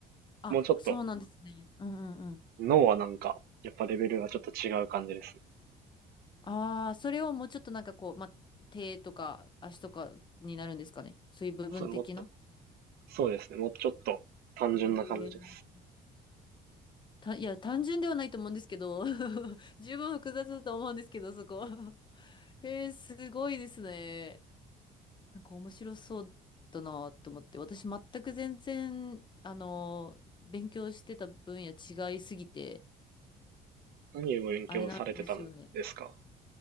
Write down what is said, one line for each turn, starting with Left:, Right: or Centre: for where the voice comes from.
Left: あ、
Right: もうちょっと
Left: そうなんですね。うんうんうん。
Right: 脳はなんか、やっぱレベルがちょっと違う感じですね。
Left: ああ、それをもうちょっとなんかこう、ま、手とか足とかになるんですかね。そういう部分的な。
Right: それもっとそうですね。もうちょっと単純な感じです。
Left: えーた、いや、単純ではないと思うんですけど、<laughs> 十分複雑だと思うんですけど、そこ。<laughs> へえ、すごいですね。なんか面白そうだなと思って、私全く全然、あの、勉強してた分野違いすぎて、
Right: 何を勉強されてたんですか
Left: あれなんですよね。